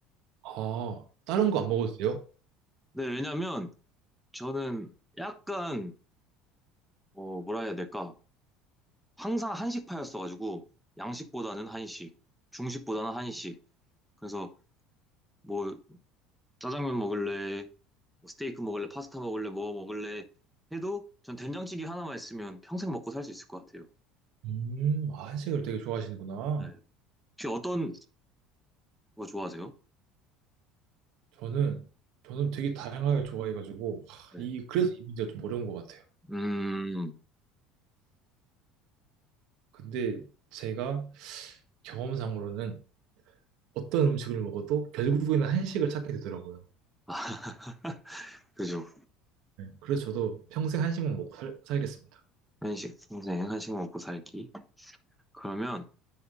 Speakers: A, on the right (about 70°); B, in the centre.
A: 아, 다른
B: 네.
A: 거 안 먹어도 돼요?
B: 네, 왜냐면 저는 약간 어, 뭐라 해야 될까? 항상 한식파였어가지고 양식보다는 한식, 중식보다는 한식. 그래서 뭐 짜장면 먹을래, 뭐 스테이크 먹을래, 파스타 먹을래, 뭐 먹을래 해도 전 된장찌개 하나만 있으면 평생 먹고 살 수 있을 것 같아요.
A: 음, 아, 한식을 되게 좋아하시는구나.
B: 네. 혹시 어떤 거 좋아하세요?
A: 저는, 저는 되게 다양하게 좋아해가지고, 하,
B: 네.
A: 이, 그래서 이 문제가 좀 어려운 것 같아요.
B: 음,
A: 근데 제가 경험상으로는 어떤 음식을 먹어도 결국에는 한식을 찾게 되더라고요.
B: 아, <laughs> 그죠.
A: 네, 그래서 저도 평생 한식만 먹고 살, 살겠습니다.
B: 한식, 평생 한식 먹고 살기. 그러면